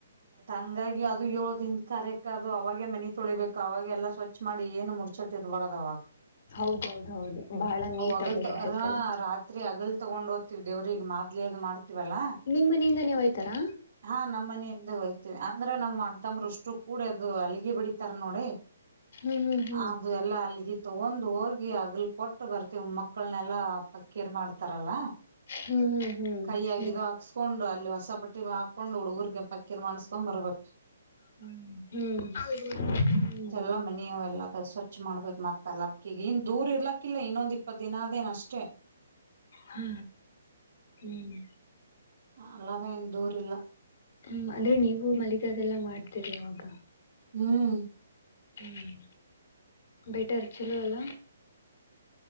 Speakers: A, on the right (about 70°); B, on the left (about 40°).
A: ಹಂಗಾಗಿ ಅದು ಏಳು ದನ್ ಕರೆಕ್ ಅದು ಅವಾಗೆ ಮನೆಿ ತೊಳಿಬೇಕು ಅವಾಗೆಲ್ಲ ಸ್ವಚ್ಛ ಮಾಡಿ ಏನು ಮುತ ಇಬಡದ ಅವ
B: ಹೌದೌದ ಹೌದು ಬಹಳ ನೀಟ್
A: ಅವಲ್ತ
B: ಆಗಿರ್ಬೇಕಲ್ಲ.
A: ರಾತ್ರಿ ಅಗಲ್ ದೇವ್ರಿಗೆ ಮಾದ್ಲಿ ಅದು ಮಾಡ್ತೀವಲ್ಲ
B: ನಿಮ್ ಮನಿಂದಾನೇ ಹೋಯ್ತಾರಾ
A: ಹಾ ನಮ್ಮ ಮನಿಂದ ಹಯ್ತ ಅಂದ್ರೆ ನಮ್ ಅಣಂತಂಬರುಷ್ಟರು ಕೂಡ ಅದು ಅಲ್ಲಿಗೆ ಬಿಡಿತಾರ ನೋಡಿ
B: ಹ್ಮ್ ಹ್ಮ್
A: ಅದು ಎಲ್ಲಾ ಅಲ್ಲಿಗೆ ತಗೊಂಡ್ ಹೋಗಿ ಆಗ್ಲ್ ಕೊಟ್ಟು ಬರ್ತಿವ ಮಕ್ಕಳನೆಲ್ಲಾ ಪಕ್ಕೀರ್ ಮಾಡ್ತಾರಲ್ಲ
B: ಹ್ಮ್ ಹ್ಮ್
A: ಕೈ ಆಗಿದೋ
B: ಹ್ಮ್
A: ಹಾಕ್ಸ್ಕೊಂಡು ಅ ಲ್ಲಿ ಹೊಸ ಬಟ್ಟಿ ಹಾಕೊಂಡ್ ಹುಡುಗರ್ಗೆ ಪಕ್ಕೀಿರ್ ಮಾಡ್ಸ್ಕೊಂಡ್ ಬರ್ಬೇಕು
B: ಹ್ಮ ಹ್ಮ್ ಹ್ಮ
A: ಎಲ್ಲಾ ಮನಿ ಅವೆಲ್ಲ ಸ್ವಚ್ಛ ಮಾಡ್ಬೇಕಕ್ ಮತ್ತ ಅಲ್ಲ ಅವಕಗ ಇನ್ ದೂರ್ ಇರ್ಲಕ್ಕಿಲ್ಲ ಇನ್ನೊಂದ್ ಇಪ್ಪತ್ ದಿನ ಅದೇನ ಅಷ್ಟೇ
B: ಹಾ ಹ್ಮ್
A: ಅಲ್ಲದೇ ಏನ್ ದೂರಿಲ್ಲ
B: ಹ್ಮ್ ಅಂದ್ರೆ ನೀವು ಮಲಗದೆೆಲ್ಲಾ ಮಾಡ್ತೀರಿ ಅವಾಗ
A: ಹ್ಮ್
B: ಹ್ಮ್ ಬಯಟರ್ ಚಲೋವಲ್ಲ